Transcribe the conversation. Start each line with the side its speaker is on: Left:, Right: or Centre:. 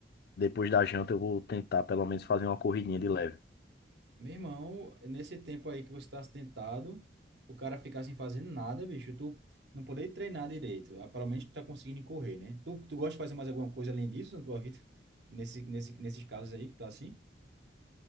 Left: depois da janta eu vou tentar pelo menos fazer uma corridinha de leve.
Right: Meu irmão, nesse tempo aí que você tá acidentado, o cara ficar sem fazer nada, bicho, tu não poder treinar direito. Ah, Pelo menos tu tá conseguindo correr, né? Tu, tu gosta de fazer mais alguma coisa além disso na tua vida? <laughs> Nesse, nesse, nesses casos aí que tá assim?